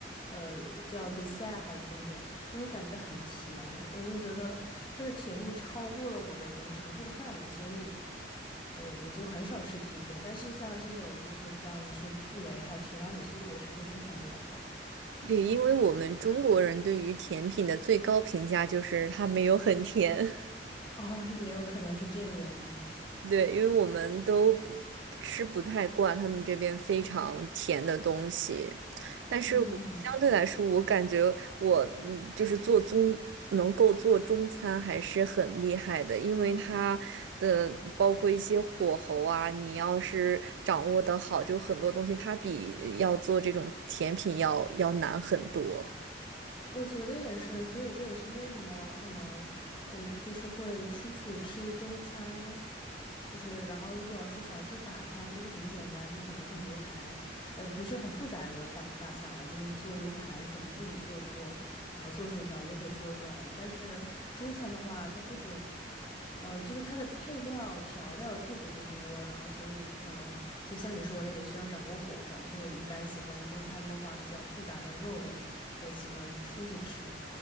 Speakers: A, on the left; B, on the right.
A: 呃，叫 dessert 和甜点，就是感觉很甜，我就觉得它的甜度超过了我的能承受的范围，所以，呃，我就很少吃甜点。但是像这种，就是像你说的布雷还有提拉米苏，我是会经常点的。
B: 对，因为我们中国人对于甜品的最高评价就是它没有很甜。
A: <laughs> 哦，也有可能是这个原因。
B: 对，因为我们都不吃不太惯他们这边非常甜的东西，但是我相对来说，
A: 嗯。
B: 我感觉我嗯，就是做中能够做中餐还是很厉害的，因为它的包括一些火候啊，你要是掌握得好，就很多东西它比要做这种甜品要要难很多。
A: 我觉得也是，所以这也是为什么可能我就是会出去吃中餐，就是然后如果要是想吃法餐，就是很简单，就可能像牛排，呃，不是很复杂的法法餐啊，就是做牛排什么自己做一做，然后做薯条就可以做出来了。但是中餐的话，它不仅，呃，就是它的配料调料特别的多，然后所以可能就像你说的，也需要掌握火候，所以我一般喜欢中餐的话比较复杂的肉类。我喜欢出去吃。